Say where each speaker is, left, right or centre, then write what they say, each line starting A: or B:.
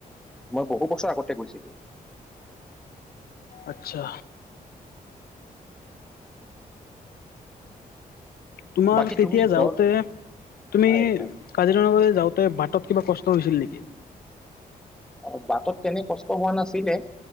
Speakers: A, in the centre; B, on the left.
A: মই বহু বছৰ আগতে গৈছিলোঁ।
B: আচ্ছা। তোমাৰ
A: বাকী
B: তেতিয়া
A: তুমি
B: যাওঁতে,
A: গড়
B: তুমি
A: হয় হয়
B: কাজিৰঙা ফালে যাওঁতে বাটত কিবা কষ্ট হৈছিল নেকি?
A: অ', বাটত তেনে কষ্ট হোৱা নাছিলে,